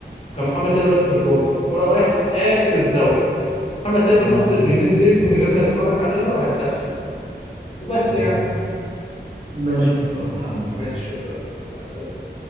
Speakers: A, on the left (about 35°); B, on the right (about 50°).
A: وكان محمد سيد واقف في الجون فالكرة رايحة في آخر الزاوية محمد سيد
B: اه
A: بيحط بيمد رجله من غير ما يتحرك عليها راح تدخل وبس
B: اه
A: يعني
B: ماشي يا مصطفى حبيبي
A: ماشي شكرا لك مع السلامة